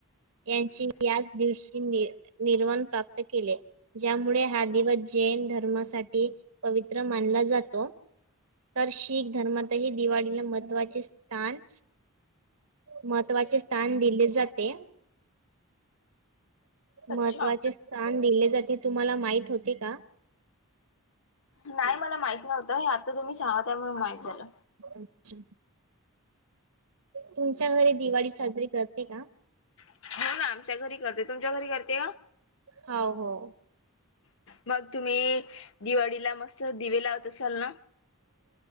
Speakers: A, on the right; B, on the left.
A: यांची याच दिवशी नि निर्वाण प्राप्त केले. ज्यामुळे हा दिवस जैन धर्मासाठी पवित्र मानला जातो. तर शीख धर्मातही दिवाळीला महत्त्वाचे स्थान. महत्त्वाचे स्थान दिले जाते.
B: अच्छा
A: महत्त्वाचे स्थान दिले जाते तुम्हाला माहित होते का?
B: नाही मला माहित नव्हतं हे आता तुम्ही सांगता म्हणून माहित झालं.
A: अच्छ तुमच्या घरी दिवाळी साजरी करते का?
B: हो ना आमच्या घरी करते तुमच्या घरी करते का?
A: हो हो.
B: मग तुम्ही दिवाळीला मस्त दिवे लावत असाल ना.